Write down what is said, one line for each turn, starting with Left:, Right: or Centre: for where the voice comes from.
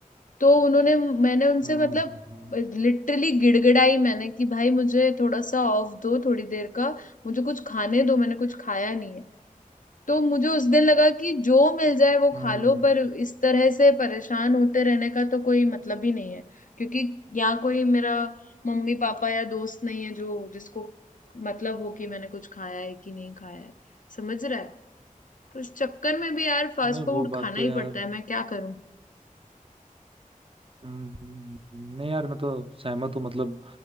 Left: तो उन्होंने मैंने उनसे
Right: हम्म
Left: मतलब
Right: हम्म,
Left: लिटरली गिड़गिड़ाई मैंने कि भाई मुझे थोड़ा सा ऑफ दो थोड़ी देर का मुझे कुछ खाने दो मैंने कुछ खाया नहीं है तो मुझे उस दिन लगा कि जो मिल जाए वो
Right: हम्म।
Left: खा लो पर इस तरह से परेशान होते रहने का तो कोई मतलब ही नहीं है क्योंकि यहाँ कोई मेरा मम्मी पापा या दोस्त नहीं है जो जिसको मतलब हो कि मैंने कुछ खाया है कि नहीं खाया है समझ रहा है तो इस चक्कर में भी यार फास्ट
Right: नहीं
Left: फूड
Right: वो बात
Left: खाना
Right: तो
Left: ही
Right: यार
Left: पड़ता है मैं क्या करूं
Right: हम्म, नहीं यार मैं तो सहमत हूँ मतलब